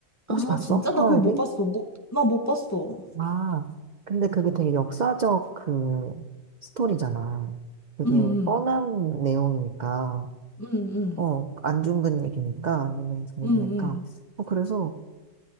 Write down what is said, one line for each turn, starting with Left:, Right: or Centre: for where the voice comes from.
Left: 아,
Right: 혹시 봤어?
Left: 진짜?
Right: 하와이든?
Left: 나 그거 못 봤어. 뭐, 나 못 봤어.
Right: 아, 근데 그게 되게 역사적 그 스토리잖아. 되게
Left: 응, 응,
Right: 뻔한 내용이니까,
Left: 응, 응,
Right: 어, 안중근 얘기니까, 안중근 얘되니까
Left: 응, 응.
Right: 어, 그래서